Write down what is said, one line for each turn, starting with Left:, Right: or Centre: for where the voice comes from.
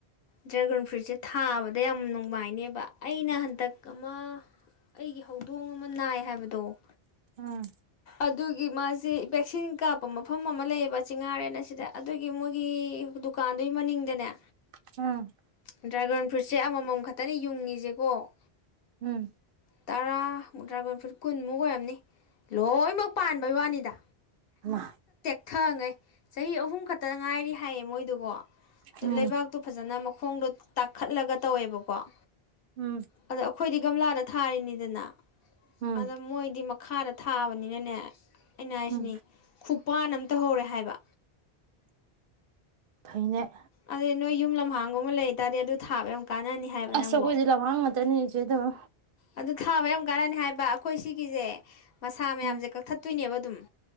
Left: ꯗ꯭ꯔꯦꯒꯟ ꯐ꯭ꯔꯨꯠꯁꯦ ꯊꯥꯕꯗ ꯌꯥꯝ ꯅꯨꯡꯉꯥꯏꯅꯦꯕ ꯑꯩꯅ ꯍꯟꯗꯛ ꯑꯃ ꯑꯩꯒꯤ ꯍꯧꯗꯣꯡ ꯑꯃ ꯅꯥꯏ ꯍꯥꯏꯕꯗꯣ
Right: ꯑꯝ
Left: ꯑꯗꯨꯒꯤ ꯃꯥꯁꯦ ꯚꯦꯛꯁꯤꯟ ꯀꯥꯞꯄ ꯃꯐꯝ ꯑꯃ ꯂꯩꯌꯦꯕ ꯆꯤꯡꯉꯥꯔꯦꯟꯅ ꯁꯤꯗ ꯑꯗꯨꯒꯤ ꯃꯣꯏꯒꯤ ꯗꯨꯀꯥꯟꯗꯨꯒꯤ ꯃꯅꯤꯡꯗꯅꯦ
Right: ꯎꯝ ꯎꯝ
Left: ꯗ꯭ꯔꯥꯒꯟ ꯐ꯭ꯔꯨꯠꯁꯦ ꯑꯃꯃꯝ ꯈꯛꯇꯅꯤ ꯌꯨꯡꯉꯤꯁꯦꯀꯣ
Right: ꯎꯝ
Left: ꯇꯔꯥꯃꯨ ꯇꯔꯥꯒꯣꯏꯐꯨꯠ ꯀꯨꯟꯃꯨꯛ ꯑꯣꯏꯔꯝꯅꯤ ꯂꯣꯏꯅꯃꯛ ꯄꯥꯟꯕꯩ ꯋꯥꯅꯤꯗ
Right: ꯑ
Left: ꯊꯪꯉꯦ ꯆꯍꯤ ꯑꯍꯨꯝ ꯈꯛꯇ ꯉꯥꯏꯔꯤ ꯍꯥꯏꯌꯦ ꯃꯣꯏ ꯑꯗꯨꯣ ꯂꯩꯕꯥꯛꯇꯣ
Right: ꯎꯝ
Left: ꯐꯖꯅ ꯃꯈꯣꯡꯗꯣ ꯇꯥꯈꯠꯂꯒ ꯇꯧꯋꯦꯕꯀꯣ
Right: ꯎꯝ
Left: ꯑꯗ ꯑꯩꯈꯣꯏꯗꯤ ꯒꯝꯂꯥꯗ ꯊꯥꯔꯤꯅꯤ ꯑꯗꯨꯅ
Right: ꯎꯝ
Left: ꯑꯗ ꯃꯣꯏꯗꯤ ꯈꯔꯠ ꯊꯥꯕꯅꯤꯅꯅꯦ ꯑꯩꯅꯁꯤꯅꯤ
Right: ꯎꯝ
Left: ꯈꯨꯞ ꯄꯄꯥꯟ ꯑꯃ ꯇꯧ ꯍꯧꯔꯦ ꯍꯥꯏꯕ
Right: ꯍꯩꯅ
Left: ꯑꯗꯨꯗꯩ ꯅꯣꯏ ꯌꯨꯝ ꯂꯝꯍꯥꯡꯒꯨꯝꯕ ꯂꯩꯕꯇꯥꯥꯔꯗꯤ ꯑꯗꯨ ꯊꯥꯕ ꯀꯥꯟꯅꯅꯤ ꯍꯥꯏꯕ
Right: ꯑꯁ
Left: ꯅꯪꯕꯣ
Right: ꯀꯣꯏꯗꯂ ꯋꯥꯉꯃ ꯇꯅꯤ ꯆꯗꯣ
Left: ꯑꯗꯨ ꯊꯥꯕ ꯌꯥꯝ ꯀꯥꯟꯅꯅꯤ ꯍꯥꯏꯕ ꯑꯩꯈꯣꯏ ꯁꯤꯒꯤꯁꯦ ꯃꯁꯥ ꯃꯌꯥꯝꯁꯦ
Right: ꯎꯝ
Left: ꯀꯛꯊꯠꯇꯣꯏꯅꯦꯕ ꯑꯗꯨꯝ